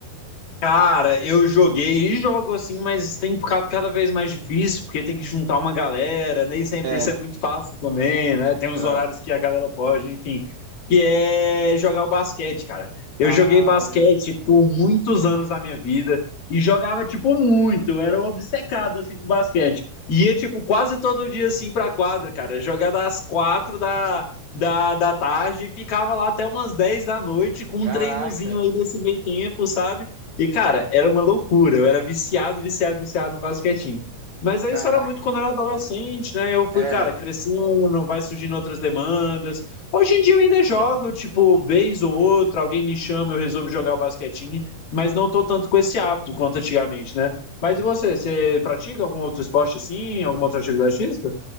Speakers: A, on the left; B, on the right.
A: Cara, eu joguei e jogo assim, mas tem ficado cada vez mais difícil, porque tem que juntar uma galera, nem sempre
B: É,
A: isso é muito fácil também, né? Tem uns
B: é.
A: horários que a galera pode, enfim. Que é jogar o basquete, cara. Eu
B: Ah,
A: joguei basquete
B: maneiro.
A: por muitos anos da minha vida e jogava, tipo, muito, era obcecado, assim, com basquete. Ia, tipo, quase todo dia, assim, pra quadra, cara. Jogar das quatro da, da, da tarde e ficava lá até umas dez da noite com
B: Caraca,
A: um treinozinho aí nesse meio tempo, sabe? E, cara, era uma loucura. Eu era viciado, viciado, viciado no basquetinho. Mas aí
B: caraca.
A: isso era muito quando eu era adolescente, né? Eu fui,
B: É.
A: cara, crescendo, vai surgindo outras demandas. Hoje em dia eu ainda jogo, tipo, vez ou outra, alguém me chama, eu resolvo jogar o basquetinho, mas não tô tanto com esse hábito quanto antigamente, né? Mas e você? Você pratica algum outro esporte assim? Alguma outra atividade física?